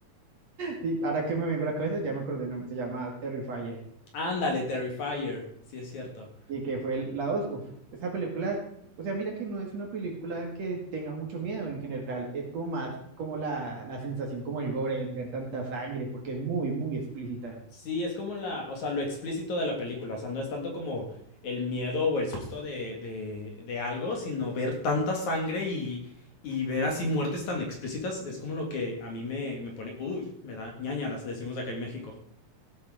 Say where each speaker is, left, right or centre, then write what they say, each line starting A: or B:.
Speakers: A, on the right (about 50°); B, on the left (about 55°).
A: Sí, ahora que me vengo a la cabeza, ya me acordé el nombre, se llama Terrifier.
B: <laughs> Ándale, Terrifier, sí es cierto.
A: Y que fue el- la dos uff, esa película, o sea, mira que no es una película que tenga mucho miedo en general, es como más como la, la sensación, como el gore, ver tanta sangre, porque es muy, muy explícita.
B: Sí, es como la, o sea, lo explícito de la película, o sea, no es tanto como el miedo o el susto de, de, de algo, sino ver tanta sangre y, y ver así muertes tan explícitas, es como lo que a mí me, me pone, uy, me da ñáñaras, decimos acá en México.